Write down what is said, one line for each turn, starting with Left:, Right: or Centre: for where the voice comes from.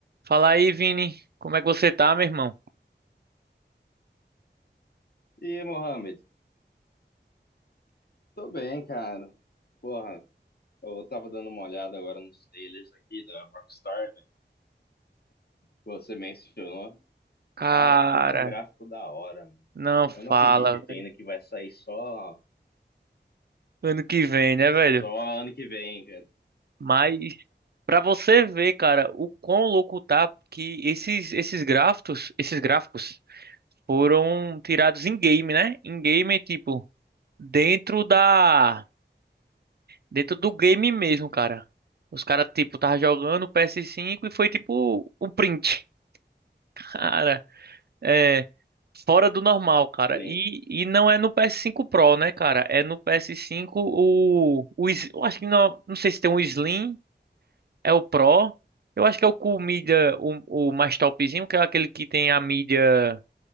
Right: Fala aí, Vini. Como é que você tá, meu irmão?
Left: E aí, Mohamed? Tô bem, cara. Porra, eu tava dando uma olhada agora nos trailers aqui da Rockstar, velho, que você mencionou.
Right: Cara,
Left: Cara, puta gráfico da hora, mano.
Right: não
Left: Eu
Right: fala,
Left: não acredito
Right: velho.
Left: ainda que vai sair só,
Right: Ano que vem, né, velho?
Left: só ano que vem, cara.
Right: Mas pra você ver, cara, o quão louco tá que esses esses gráficos, esses gráficos foram tirados em game, né? Em game, tipo, dentro da dentro do game mesmo, cara. Os caras tipo tava jogando PS5 e foi tipo o print. <laughs> Cara, é fora do normal, cara.
Left: Sim.
Right: E, e não é no PS5 Pro, né, cara? É no PS5 o, o Slim- eu acho que não, não sei se tem um Slim, é o Pro. Eu acho que é o com mídia, o, o mais topzinho, que é aquele que tem a mídia